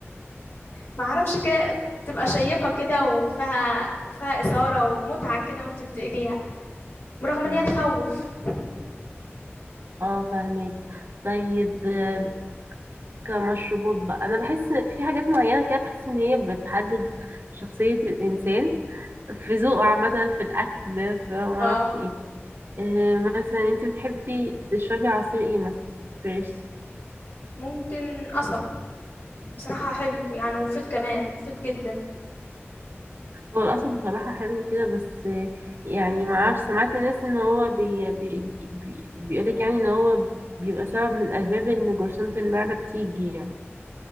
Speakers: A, on the left; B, on the right.
A: ما اعرفش كده تبقى شيقة كده وفيها وفيها إثارة ومتعة كده وانت بتقريها برغم
B: مم.
A: ان هي تخوف
B: اه فاهمك طيب آه، كمشروبات بقى انا بحس في حاجات معينة كده بحس ان هي بتحدد شخصية الانسان في ذوقه عامة في الاكل في ما
A: اه
B: اعرفش ايه آه، مثلا انت بتحبي تشربي عصير ايه مثلا فريش
A: ممكن قصب بصراحة حلو يعني مفيد كمان مفيد جدا
B: هو القصب بصراحة حلو كده بس آه، يعني ما اعرفش سمعت ناس ان هو بي بي بي بيقولك يعني ان هو بيبقى سبب من اسباب ان جرثومة المعدة بتيجي يعني